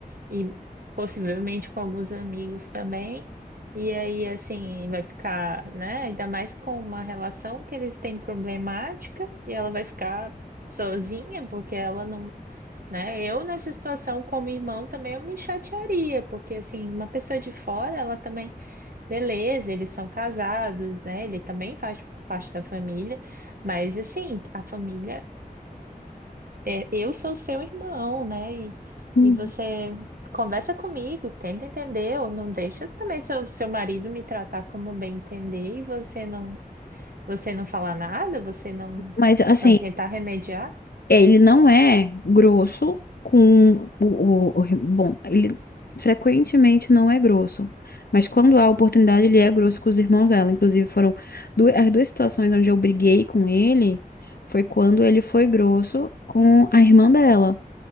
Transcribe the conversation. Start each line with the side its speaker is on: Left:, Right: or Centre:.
Right: e possivelmente com alguns amigos também. E aí, assim, vai ficar, né? Ainda mais com uma relação que eles têm problemática e ela vai ficar sozinha, porque ela não, né? Eu nessa situação como irmão também eu me chatearia, porque assim, uma pessoa de fora, ela também, beleza, eles são casados, né? Ele também faz parte da família, mas assim, a família é, eu sou seu irmão, né? E,
Left: Hum.
Right: e você conversa comigo, tenta entender, ou não deixa também seu, seu marido me tratar como bem entender e você não, você não falar nada, você não,
Left: Mas assim.
Right: não tentar remediar.
Left: É, Ele não é grosso com o, o- o- Bom, ele frequentemente não é grosso, mas quando há oportunidade, ele é grosso com os irmãos dela. Inclusive, foram du- as duas situações onde eu briguei com ele foi quando ele foi grosso com a irmã dela.